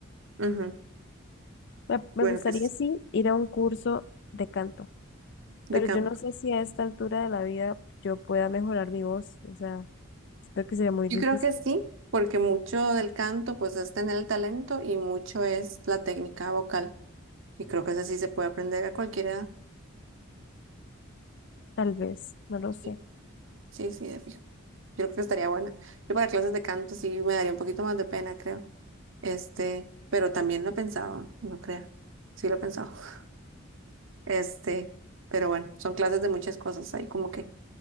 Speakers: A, on the right (about 60°); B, on the left (about 55°).
A: Ujú.
B: Me, me
A: Bueno,
B: gustaría
A: pues
B: sí ir a un curso de canto,
A: de
B: pero
A: canto.
B: yo no sé si a esta altura de la vida yo pueda mejorar mi voz. O sea, siento que sería muy difícil,
A: Yo creo que sí, porque mucho del canto pues es tener el talento y mucho es la técnica vocal. Y creo que eso sí se puede aprender a cualquier edad.
B: tal vez, no lo sé.
A: Sí, sí, sí, de fijo. Yo creo que estaría buena. Yo para clases de canto sí me daría un poquito más de pena, creo. Este, pero también lo he pensado, no creo. Sí lo he pensado. <laughs> Este, pero bueno, son clases de muchas cosas ahí como que,